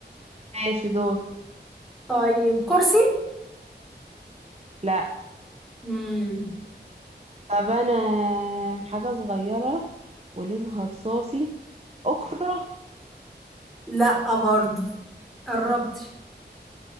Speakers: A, on the right; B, in the centre.
A: ماشي دور
B: طيب كرسي
A: لا
B: امم
A: طب انا حاجه صغيره ولونها رصاصي أكرة
B: لا برضه قربت